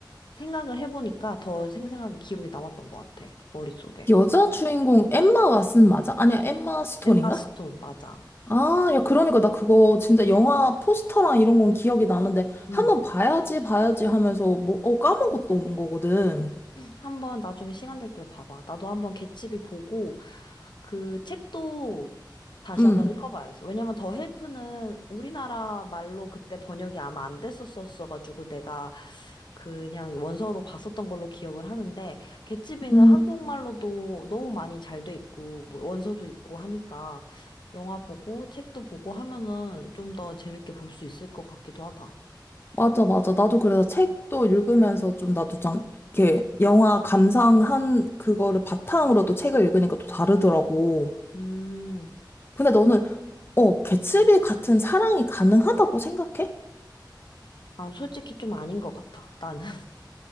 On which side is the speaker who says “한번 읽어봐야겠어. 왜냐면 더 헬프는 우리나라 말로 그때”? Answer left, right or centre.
Left